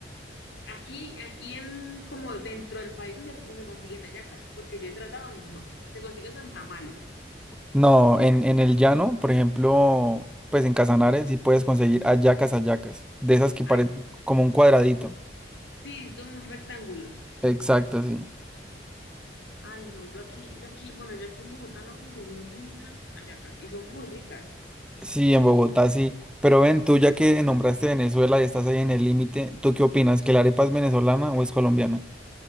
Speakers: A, on the left (about 80°); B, in the centre.
A: Aquí, aquí en, como dentro del país no se, no se consiguen hallacas, porque yo he tratado y no. Se consiguen son tamales.
B: No, en, en el llano, por ejemplo, pues en Casanares
A: Sí.
B: sí puedes conseguir hallacas, hallacas, de esas que parecen
A: Ah,
B: como un cuadradito.
A: sí, es como un rectángulo.
B: Exacto, sí.
A: Ay, no, yo aquí, yo aquí, bueno, yo aquí en Bogotá no he conseguido nunca hallacas y son muy ricas.
B: Sí, en Bogotá sí. Pero ven, tú ya que nombraste Venezuela y estás ahí en el límite, ¿tú qué opinas? ¿Que la arepa es venezolana o es colombiana?